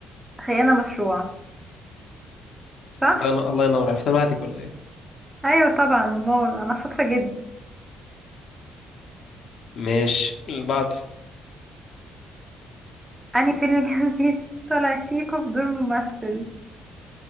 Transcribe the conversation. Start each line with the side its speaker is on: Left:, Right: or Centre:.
Right: خيانة مشروعة صح
Left: الله ينور, الله ينور. عرفتها لوحدك ولا ايه
Right: ايوه طبعا المول انا شاطرة جدا
Left: ماشي اللي بعده
Right: انهي فيلم <laughs> كان فيه طلع شيكو بدور ممثل